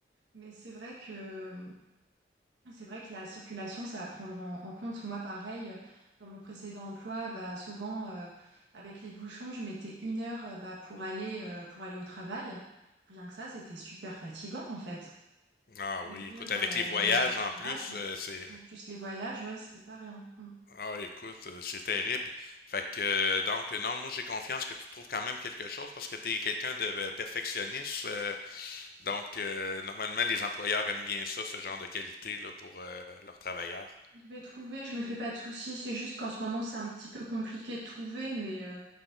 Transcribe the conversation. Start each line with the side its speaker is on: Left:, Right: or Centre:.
Right: Mais c'est vrai que C'est vrai que la circulation, c'est à prendre en, en compte. Moi, pareil, euh, dans mon précédent emploi, bah, souvent, euh, avec les bouchons, je mettais une heure, euh, bah, pour aller, euh, pour aller au travail. Rien que ça, c'était super fatigant, en fait.
Left: Ah
Right: Conduire,
Left: oui, écoute, avec
Right: euh,
Left: les voyages
Right: dans les embouteillages,
Left: en plus,
Right: euh,
Left: euh, c'est
Right: en plus les voyages, ouais, c'était pas rien. Mm.
Left: Ah, écoute, euh, c'est terrible. Fait que, euh, donc, non, moi, j'ai confiance que tu trouves quand même quelque chose parce que tu es quelqu'un de euh, perfectionniste. euh, donc, euh, normalement, les employeurs aiment bien ça, ce genre de qualité là, pour euh, leurs travailleurs.
Right: Je vais trouver, je me fais pas de soucis. C'est juste qu'en ce moment, c'est un petit peu compliqué de trouver, mais euh,